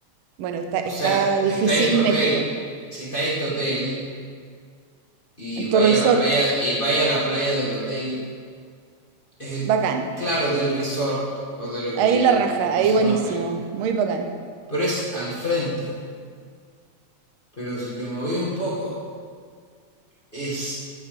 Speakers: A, on the right (about 75°); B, on the left (about 20°).
A: bueno, está, está
B: O sea,
A: difícil
B: está en tu hotel.
A: México.
B: Si está en tu hotel y
A: el
B: vaya
A: tu resort,
B: a la playa, y vaya a la playa del hotel, es,
A: bacán.
B: claro, del resort o de lo
A: Ahí
B: que,
A: la raja,
B: como
A: ahí
B: se
A: buenísimo,
B: nombre,
A: muy bacán.
B: pero es al frente. Pero si te moví un poco, es